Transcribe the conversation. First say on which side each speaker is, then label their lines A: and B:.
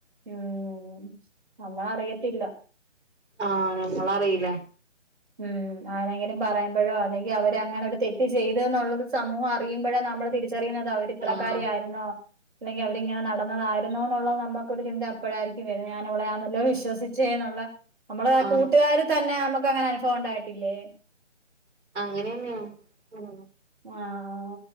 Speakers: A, on the right (about 40°); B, on the right (about 60°).
A: ഉ ഉം നമ്മളറിയത്തില്ലാ
B: ആഹ് നമ്മളറിയില്ല
A: ഉം ആരെങ്കിലും പറയുമ്പഴൊ അല്ലെങ്കി അവര് അങ്ങനെ ഒരു തെറ്റ് ചെയ്ത് എന്നുള്ളത് സമൂഹം അറിയുമ്പഴെ നമ്മള് തിരി ച്ചറിയുന്നത് അവര് ഇത്രക്കാരി
B: ആഹ്
A: ആയിരുന്നോ അല്ലെങ്കി അവരിങ്ങനെ നടന്നതായിരുന്നു എന്നുള്ളത് നമ്മക്കൊരു ചിന്ത അപ്പഴായിരിക്കും വരുന്നെ ഞാൻ അവളെ ആണല്ലൊ വിശ്വസിച്ചേ എന്നുള്ള നമ്മളെ
B: ആഹ്
A: കൂട്ടുകാർ തന്നെ അമ്മ ഇപ്പങ്ങനായിണ് ഒണ്ടായിട്ടില്ലേ?
B: അങ്ങനെന്നേണോ? ഉം
A: ആഹ്